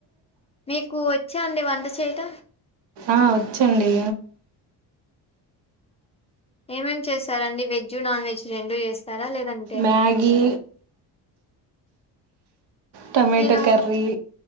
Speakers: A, on the left (about 15°); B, on the right (about 75°).
A: మీకు వచ్చా అండి వంట చేయట
B: ఆ వచ్చండి
A: ఏమేం చేశారండి వెజ్ నాన్ వెజ్ రెండు చేస్తారా లేదంటే
B: మ్యాగీ టొమాటో
A: నేను
B: కర్రీ